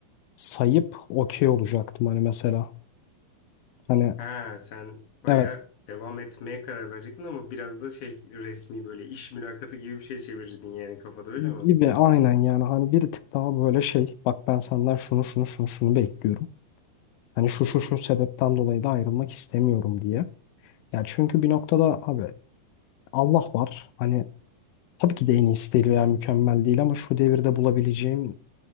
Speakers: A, on the left (about 75°); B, on the left (about 60°).
A: sayıp okey olacaktım hani mesela. Hani
B: Ha sen baya
A: evet
B: devam etmeye karar verecektin ama biraz da şey resmi böyle iş mülakatı gibi bir şey çevirirdin yani kafada öyle mi?
A: gibi aynen yani hani bir tık daha böyle şey bak ben senden şunu şunu şunu şunu bekliyorum. Hani şu
B: Hı
A: şu
B: hı.
A: şu sebepten dolayı da ayrılmak istemiyorum diye. Yani çünkü bir noktada abi Allah var. Hani tabii ki de en iyisi değil veya mükemmel değil ama şu devirde bulabileceğim